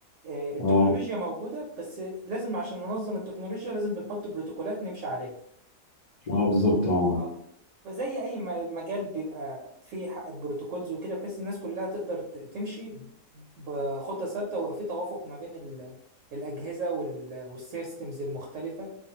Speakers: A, on the right; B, on the left.
A: آه، التكنولوجيا
B: اه
A: موجوده بس لازم عشان ننظم التكنولوجيا لازم بنحط بروتوكولات نمشي عليها
B: اه بالظبط اه
A: اه فزي اي م- مجال بيبقى فيه ح- بروتوكولز وكده بحيث الناس كلها تقدر ت- تمشي بخطة ثابتة وفي توافق ما بين ال- الأجهزة وال- والسيستمز المختلفة